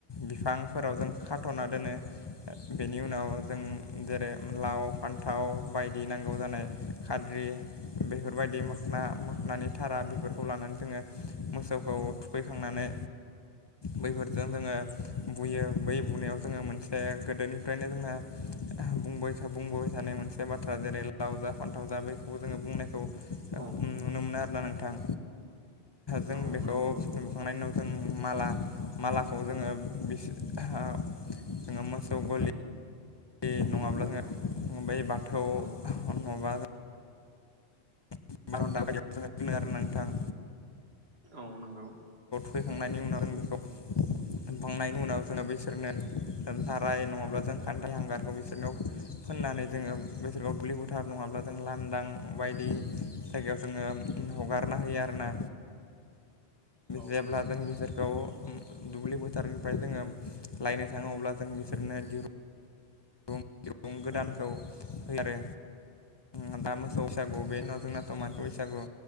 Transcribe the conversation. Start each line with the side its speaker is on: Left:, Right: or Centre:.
Left: बिफांफोराव जों खाथ'ना दोनो बेनि उनाव जों जेरै लाव फान्थाव बायदि नांगौ जानाय खाद्रि बेफोरबायदि मोखना मो मानि धारा बेफोरखौ लानानै जोङो मोसौखौ थुखैखांनानै बैफोरजों जोङो बुयो बै बुनायाव जोङो मोनसे गोदोनिफ्रायनो जोंहा बुंबाय बुंबोबाय थानाय मोन से बाथ्रा जेरै लाव जा फान्थाव जा बेखौबो जोङो बुंनायखौ नुनो
Right: औ
Left: मोनो आरोना नों थां जों
Right: औ
Left: बेखौ
Right: नंगौ
Left: बुखांनायनि उनाव जों माला मालाखौ जोङो बिसिहा जोङो मोसौ गलि बे नङाब्ला
Right: औ
Left: नङाबा ओइ बाथौ
Right: औ
Left: नङाबा <unintelligible> आरोना नोंथां।
Right: औ नंगौ।
Left: फैखांनायनि उनाव आं बेखौ बुंनायनि उनाव जोङो बिसोरनो था थाराय नङाब्ला जों खान्थाइ हांगारखौ बिसोरनाव फोननानै जोङो फोथाराव दुब्लि फोथार नङाब्ला जों लांदां
Right: औ नंगौ
Left: बायदि जायगायाव जोङो हगारना होयो आरोना
Right: औ
Left: जेब्ला
Right: नंगौ
Left: जों बिसोरखौ दुब्लि फोथारनिफ्राय जोङो लायनो थाङो अब्ला जों बिसोरनो जिर रुं दिरुं गोदानखौ
Right: औ
Left: होयो आरो। ओम दा मोसौ बैसागु बे उनाव जोंना मानसि बैसागु